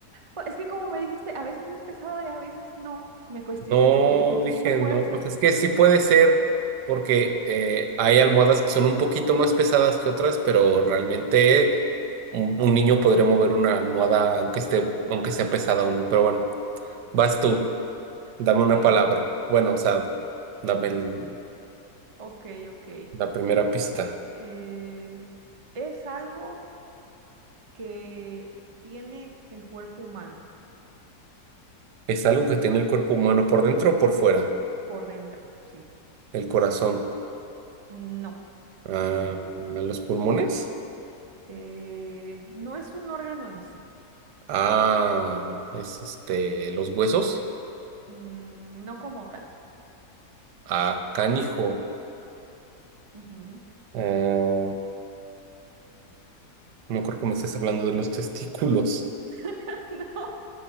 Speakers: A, on the right; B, on the right.
A: Bueno, Es que como me dijiste, a veces es pesado y a veces no. Me cuestioné
B: No,
A: porque dije, entonces
B: dije,
A: no puede
B: no,
A: ser.
B: pues es que sí puede ser, porque eh, hay almohadas que son un poquito más pesadas que otras, pero realmente un, un niño podría mover una almohada aunque esté, aunque sea pesada o no. Pero bueno, vas tú, dame
A: Ok,
B: una
A: eh,
B: palabra. Bueno, o sea, dame el-
A: ok, ok.
B: la primera pista.
A: Eh, es algo que tiene el cuerpo humano
B: Es algo que tiene el cuerpo humano por dentro o por fuera,
A: por dentro, sí.
B: el corazón,
A: No,
B: ah,
A: no, no, no.
B: los pulmones,
A: Eh, no es un órgano en sí.
B: ah, es este, los huesos,
A: Mm, no como tal.
B: ah, canijo.
A: Ujú.
B: Ah, No creo que me estés hablando de los testículos.
A: <laughs> No,